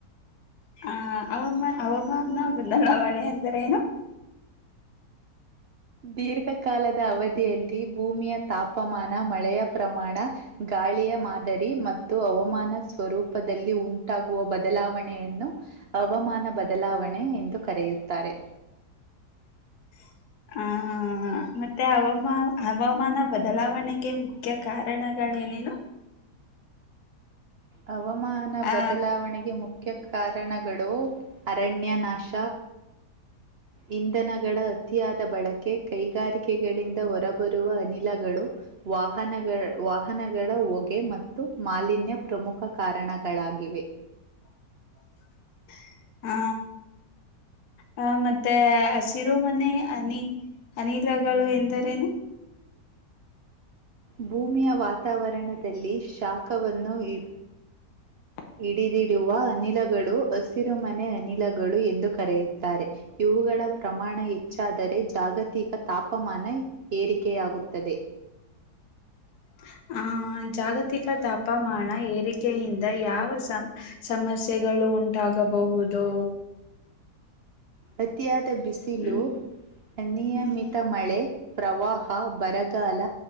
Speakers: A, on the left; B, on the right.
A: ಹ ಹಾಮ ಹವಾಮಾನ ಬದಲಾವಣೆ ಅಂದರೆ ಏನು
B: ದೀರ್ಘಕಾಲದ ಅವಧಿಯಲ್ಲಿ ಭೂಮಿಯ ತಾಪಮಾನ ಮಳೆಯ ಪ್ರಮಾಣ ಗಾಳಿಯ ಮಾದರಿ ಮತ್ತು ಹವಾಮಾನ ಸ್ವರೂಪದಲ್ಲಿ ಉಂಟಾಗುವ ಬದಲಾವಣೆಯನ್ನು ಹಾಮಾನ ಬದಲಾವಣೆ ಎಂದು ಕರೆಯುತ್ತಾರೆ
A: <inaudible> ಹ ಮತ್ತೆ ಹವಾಮಾ ಹವಾಮಾನ ಬದಲಾವಣೆಗೆ ಮುಖ್ಯ ಕಾರಣಗಳು ಮಳೆ ಏನೇನು
B: ಹವಾಮಾನ
A: ಆ
B: ಬದಲಾವಣೆಗೆ ಮುಖ್ಯ ಮುಖ್ಯ ಕಾರಣಗಳು ಅರಣ್ಯ ನಾಶ ಇಂಧನಗಳ ಅತಿಯಾದ ಬಳಕೆ ಕೈಗಾರಿಕೆಗಳಿಂದ ಹೊರಬರುವ ಅನಿಲಗಳು ವಾಹನಗಳ ವಾಹನಗಳ ಹೊಗೆ ಮತ್ತು ಮಾಲಿನ್ಯ ಪ್ರಮುಖ ಕಾರಣಗಳಾಗಿ ಇವೆ
A: <inaudible> ಹ ಹಾ ಮತ್ತೆ ಹಸಿರೋ ಮನೆ ಆನೆ ಅನಿಲಗಳು ಎಂದರೇನು
B: ಭೂಮಿಯ ವಾತಾವರಣದಲ್ಲಿ ಶಾಖವನ್ನು ಇ
A: <inaudible>
B: ಹಿಡಿದಿಡುವ ಅನಿಲಗಳು ಹಸಿರು ಮನೆ ಅನಿಲಗಳು ಎಂದು ಕರೆಯುತ್ತಾರೆ ಇವು ಗಳ ಪ್ರಮಾಣ ಹೆಚ್ಚಾದರೆ ಜಾಗತಿಕ ತಾಪಮಾನ ಏರಿಕೆಯಾಗುತ್ತದೆ
A: <inaudible> ಆಹ ಜಾಗತಿಕ ತಾಪಮಾನ ಏರಿಕೆಯಿಂದ ಯಾವ ಸಮ ಸಮಸ್ಯೆಗಳು ಗಳು ಉಂಟಾಗಬಹುದು
B: ಅತಿಯಾದ ಬಿಸಿಲು
A: ಹ್ಮ್
B: ನಿಯಮಿತ
A: ಹ್ಮ್ ಹ್ಮ್
B: ಮಳೆ ಪ್ರವಾಹ ಬರಗಾಲ